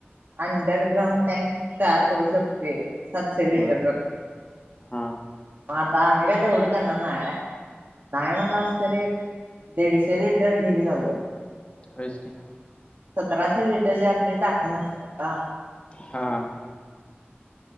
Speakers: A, on the right; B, on the left.
A: अंडरग्राउंड टँक तयार करू शकते. सातशे लिटर
B: बर
A: पर्यंत
B: हा
A: म आता आम्ही का तेवड करणार नाय. य म्हनला अस तर एक दीडशे लिटर ढीक झालं.
B: दिडशे.
A: सतराशे लिटर जे आपली टाकी नसतात का.
B: हा